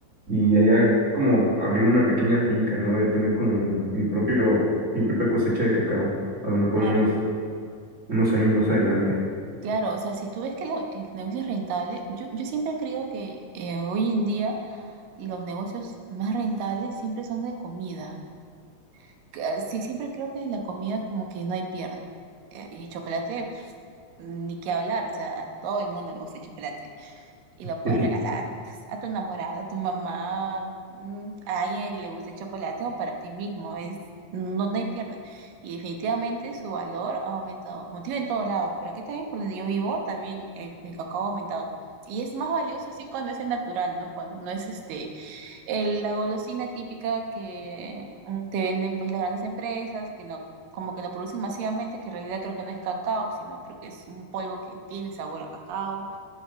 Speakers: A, on the right (about 25°); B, on the right (about 90°).
A: y allá como abrir una pequeña finca, ¿no? Voy a tener como mi, mi propio, mi propia cosecha de cacao, a lo mejor
B: claro.
A: unos, unos años más adelante.
B: Claro, o sea, si tú ves que lo- el negocio es rentable, yo, yo siempre creo que eh, hoy en día los negocios más rentables siempre son de comida. Que, ah, Sí, siempre creo que la comida como que no hay pierde. Eh, y chocolate, pf, ni qué hablar, o sea, a todo el mundo le gusta el chocolate y
A: <laughs>
B: lo puedes
A: Sí.
B: regalar pues, a tu enamorada, a tu mamá, mm, a alguien a que le guste el chocolate o para ti mismo. Es, no, no hay pierde. Y definitivamente su valor ha aumentado, como te digo, en todos lados. Pero aquí también, por donde yo vivo, también el, el cacao ha aumentado. Y es más valioso así cuando es el natural, ¿no? Cuando no es este, el- la golosina típica que mm, te venden pues las grandes empresas, que lo, como que lo producen masivamente, que en realidad creo que no es cacao, sino creo que es un polvo que tiene sabor a cacao.